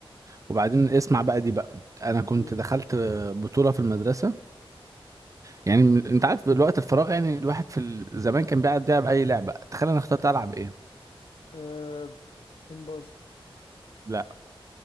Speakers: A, on the right; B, on the left.
A: وبعدين اسمع بقى دي بقى انا كنت
B: قول
A: دخلت بطولة في المدرسة يعني من- انت عارف الوقت الفراغ يعني الواحد في ال- زمان كان بيقعد يلعب اي لعبة تخيل انا اخترت العب ايه
B: آه كومباز
A: لا